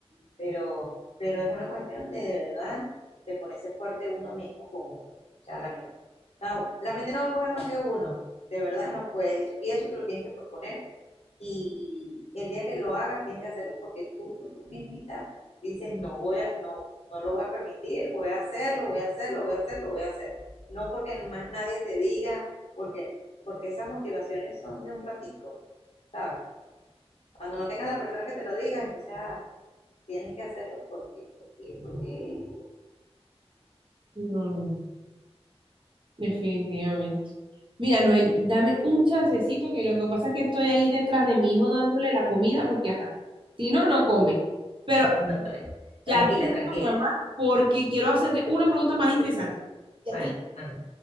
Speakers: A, on the left; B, on the right.
A: pero, pero es una cuestión de, de verdad, de ponerse fuerte uno mismo con uno, o sea, la mente. No, la mente no va a poder más que uno, de verdad no puedes eso, y eso te lo tienes que proponer, y el día que lo hagas tienes que hacerlo porque tú, tú, tú mismita dices, no voy a, no, no lo voy a permitir, voy a hacerlo, voy a hacerlo, voy a hacerlo, voy a hacer. No porque más nadie te diga, porque, porque esas motivaciones son de un ratico, ¿sabes? Cuando no tengas a la persona que te lo diga, entonces, ah, Tienes que hacerlo por ti, por ti, porque...
B: No, no, definitivamente. Mira, Noel, dame un chancecito, que lo que pasa es que estoy ahí detrás de mi hijo dándole la comida porque, ajá, si no, no come. Pero
A: No,
B: ya
A: tranquila,
B: te voy
A: tranquila.
B: a llamar porque quiero hacerte una pregunta más interesante. Ya
A: Vale,
B: te
A: anda.